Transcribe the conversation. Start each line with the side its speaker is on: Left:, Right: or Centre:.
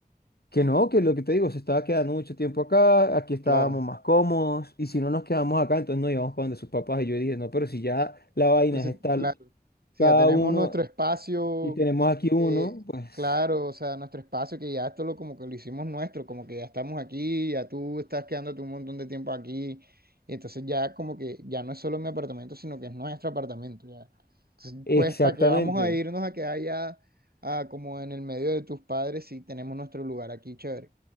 Left: Que no, que lo que te digo, se estaba quedando mucho tiempo acá, aquí estábamos
Right: claro.
Left: más cómodos, y si no nos quedamos acá, entonces nos íbamos para donde sus papás. Y yo dije, no, pero si ya la vaina
Right: Entonces,
Left: es estar
Right: claro, si
Left: cada
Right: ya tenemos
Left: uno
Right: nuestro espacio,
Left: y tenemos aquí uno,
Right: eh,
Left: pues
Right: claro, o sea, nuestro espacio que ya esto lo como que lo hicimos nuestro, como que ya estamos aquí, ya tú estás quedándote un montón de tiempo aquí, y entonces ya como que ya no es solo mi apartamento, sino que es nuestro apartamento ya. Entonces,
Left: exactamente,
Right: pues, ¿para qué vamos a irnos a quedar ya ah, como en el medio de tus padres si tenemos nuestro lugar aquí, chévere?